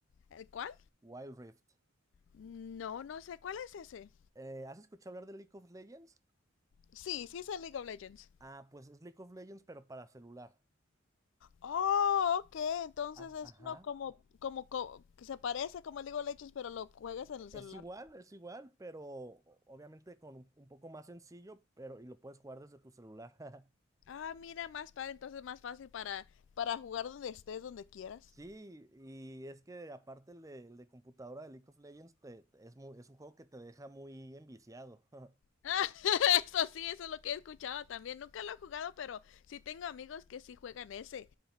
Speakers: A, on the left; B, on the right.
A: ¿El cuál?
B: Wild Rift.
A: No, no sé. ¿Cuál es ese?
B: Eh, ¿has escuchado hablar de League of Legends?
A: Sí, sí es el League of Legends.
B: Ah, pues es League of Legends, pero para celular.
A: Oh, ok. Entonces
B: Ah,
A: es
B: ajá.
A: uno como, como, co- que se parece como el League of Legends, pero lo juegas en el
B: Es
A: celular.
B: igual, es igual, pero obviamente con un un poco más sencillo, pero y lo puedes jugar desde tu celular. <laughs>
A: Ah, mira, más padre, entonces más fácil para, para jugar donde estés, donde quieras.
B: Sí, y es que aparte el de, el de computadora de League of Legends te- es, mu- es un juego que te deja muy enviciado. <laughs>
A: Ah, <laughs> eso sí, eso es lo que he escuchado también. Nunca lo he jugado, pero sí tengo amigos que sí juegan ese.